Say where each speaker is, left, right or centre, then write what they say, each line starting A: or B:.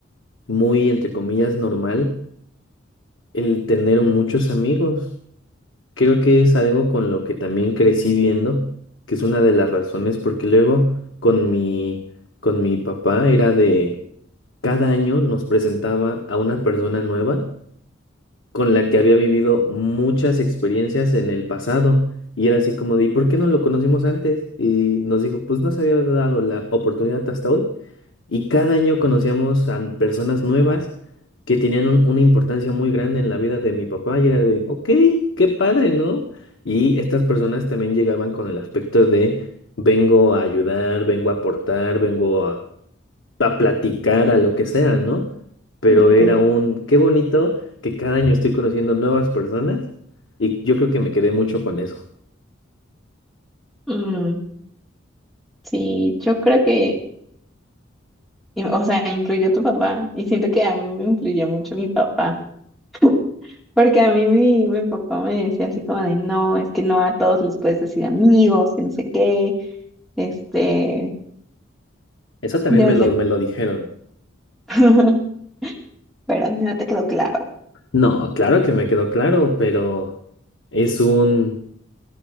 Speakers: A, on the left; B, in the centre.
A: muy, entre comillas, normal el tener muchos amigos. Creo que es algo con lo que también crecí viendo, que es una de las razones, porque luego con mi, con mi papá era de cada año nos presentaba a una persona nueva con la que había vivido muchas experiencias en el pasado. Y era así como de, ¿y por qué no lo conocimos antes? Y nos dijo, pues no se había dado la oportunidad hasta hoy. Y cada año conocíamos a personas nuevas que tenían un- una importancia muy grande en la vida de mi papá. Y era de, ok, qué padre, ¿no? Y estas personas también llegaban con el aspecto de, vengo a ayudar, vengo a aportar, vengo a a platicar, a lo que sea, ¿no? Pero
B: Ok.
A: era un, qué bonito que cada año estoy conociendo nuevas personas y yo creo que me quedé mucho con eso.
B: Mm, sí, yo creo que, y- o sea, influyó tu papá y siento que a mí me influyó mucho mi papá, <laughs> porque a mí mi, mi papá me decía así como de, no, es que no a todos les puedes decir amigos, que no sé qué, este,
A: Eso también
B: debes
A: me lo,
B: de...
A: me lo dijeron.
B: <laughs> Pero no te quedó claro.
A: No, claro que me quedó claro, pero es un